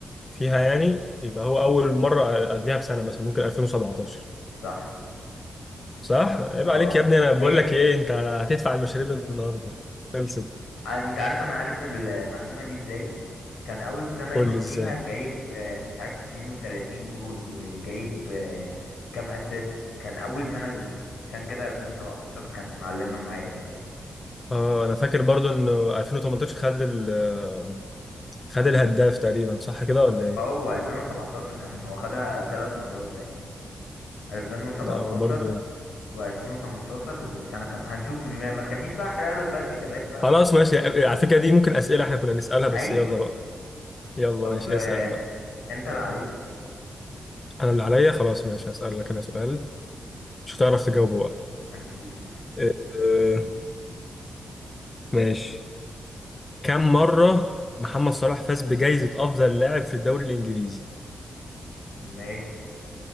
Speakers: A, on the left; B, on the left.
A: فيها يعني يبقى هو اول مره قبلها بسنه مثلا ممكن 2017
B: صح
A: صح
B: صح
A: عيب
B: اه
A: عليك يا ابني انا بقول
B: هي
A: لك ايه انت هتدفع المشاريب النهارده خلصت
B: آه، انت عارف انا عارف المعلومة دي ازاي كان اول سنة يروح
A: قول لي
B: فيها
A: ازاي
B: جايب آه، مش عارف 32 جول وجايب آه، كام اسيست كان اول سنة يروح عشان كده 2017 كانت معلمة معايا شوية
A: اه انا فاكر برضو ان 2018 خد ال... آه، خد الهداف تقريبا صح كده ولا ايه
B: اه هو 2017 كمان هو خدها ثلاث مرات باين 2017
A: لا برضو
B: و2018 وسنة كام هنشوف ما ما تخلينيش بقى احرق لك بقى الاجابات بقى
A: خلاص ماشي آه، على فكره دي ممكن اسئله احنا كنا نسالها بس
B: ايوه
A: يلا بقى يلا
B: طب
A: ماشي
B: آه،
A: اسأل بقى
B: انت اللي عليك
A: انا اللي عليا خلاص ماشي هسألك انا سؤال مش هتعرف تجاوبه بقى
B: هنشوف
A: أه آه، ماشي كم مرة محمد صلاح فاز بجائزة افضل لاعب في الدوري الانجليزي
B: ماشي